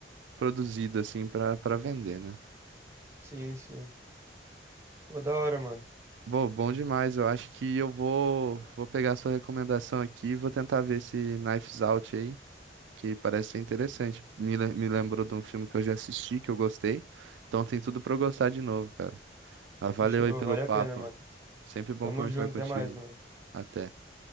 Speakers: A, on the right; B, on the right.
A: produzido assim pra para vender, né?
B: Sim, sim. Pô, da hora, mano.
A: Bom, bom demais. Eu acho que eu vou vou pegar a sua recomendação aqui e vou tentar ver esse Knives Out aí, que parece ser interessante. Me, le- me lembrou de um filme que eu já assisti, que eu gostei. Então tem tudo pra eu gostar de novo, cara. Ah, valeu
B: Fechou,
A: aí pelo
B: vale
A: papo.
B: a pena, mano.
A: Sempre bom
B: Tamo
A: conversar
B: junto,
A: contigo.
B: até mais, mano.
A: Até.